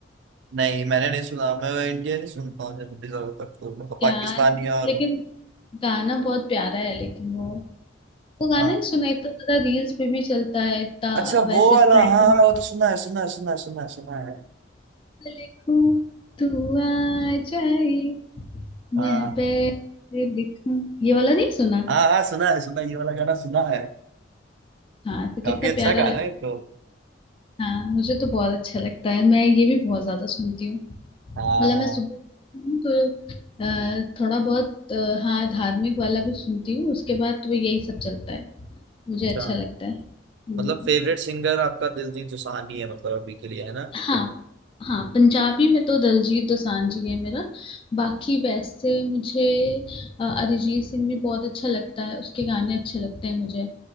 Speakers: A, on the right; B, on the left.
A: नहीं मैंने नहीं सुना मैं इंडिया नहीं सुनता हूँ जनरली ज्यादातर तो मैं तो पाकिस्तानी
B: यार
A: और
B: लेकिन गाना बहुत प्यारा है लेकिन वो वो गाना
A: हाँ
B: ही सुना इतना ज्यादा रील्स पे भी चलता है इतना
A: अच्छा
B: वैसे
A: वो वाला
B: ट्रेंड
A: हाँ
B: में
A: हाँ वो तो सुना है सुना है सुना है सुना है सुना है
B: लिखूं तू आ जाए
A: हाँ
B: मैं पे दिखूं ये वाला नहीं सुना
A: हाँ हाँ सुना है सुना है, ये वाला गाना सुना है
B: हाँ तो कितना
A: काफी अच्छा
B: प्यारा
A: गाना
B: लगता
A: है ये तो
B: हाँ मुझे तो बहुत अच्छा लगता है मैं ये भी बहुत ज्यादा सुनती हूँ मतलब
A: हाँ
B: मैं सुबह उठती हूँ तो अ, थोड़ा बहुत अ, हाँ धार्मिक वाला भी सुनती हूँ उसके बाद तो यही सब चलता है मुझे
A: अच्छा
B: अच्छा लगता है हम्म,
A: मतलब फेवरेट सिंगर आपका दिलजीत दोसांझ ही है मतलब अभी के लिए है ना
B: हाँ हाँ पंजाबी में तो दलजीत दोसांझ जी है मेरा बाकी वैसे मुझे अ, अरिजीत सिंह भी बहुत अच्छा लगता है उसके गाने अच्छे लगते हैं मुझे